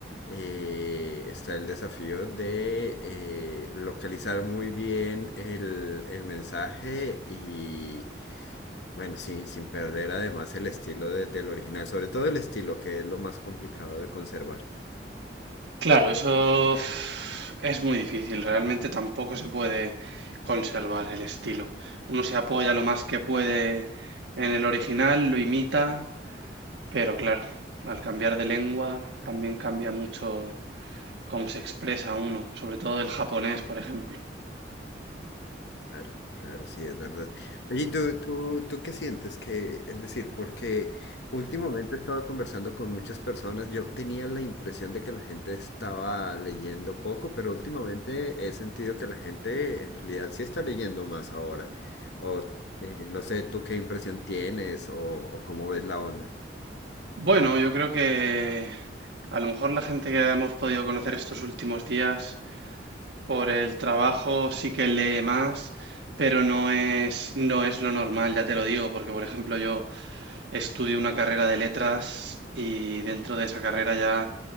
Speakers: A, on the left; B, on the right.
A: eh, está el desafío de eh, localizar muy bien el, el mensaje y bueno, sí, sin perder además el estilo de- del original, sobre todo el estilo, que es lo más complicado de conservar.
B: Claro, eso uf, es muy difícil. Realmente tampoco se puede conservar el estilo. Uno se apoya lo más que puede en el original, lo imita, pero claro, al cambiar de lengua también cambia mucho cómo se expresa uno, sobre todo el japonés, por ejemplo.
A: Claro, claro, sí, es verdad. Oye, ¿y ¿tú, tú, tú qué sientes que, es decir, porque últimamente he estado conversando con muchas personas, yo tenía la impresión de que la gente estaba leyendo poco, pero últimamente he sentido que la gente en realidad sí está leyendo más ahora. O eh, no sé, ¿tú qué impresión tienes o, o cómo ves la onda?
B: Bueno, yo creo que a lo mejor la gente que hemos podido conocer estos últimos días por el trabajo sí que lee más, pero no es, no es lo normal, ya te lo digo, porque por ejemplo yo estudio una carrera de letras y dentro de esa carrera ya